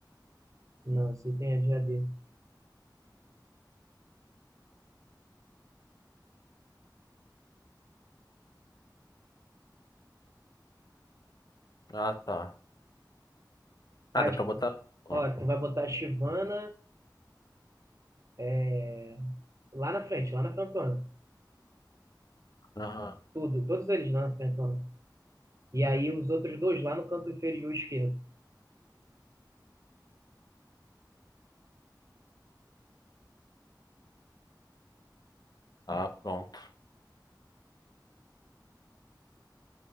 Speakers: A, on the right; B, on the left.
A: Não, esse item é de AD.
B: Ah, tá. Ah,
A: Ah,
B: dá
A: tipo,
B: pra botar. Hum,
A: ó, tu vai botar a Chivana é, lá na frente, lá na frentona.
B: Aham.
A: Tudo, todos eles lá na frentona. E aí os outros dois lá no canto inferior esquerdo.
B: Ah, pronto.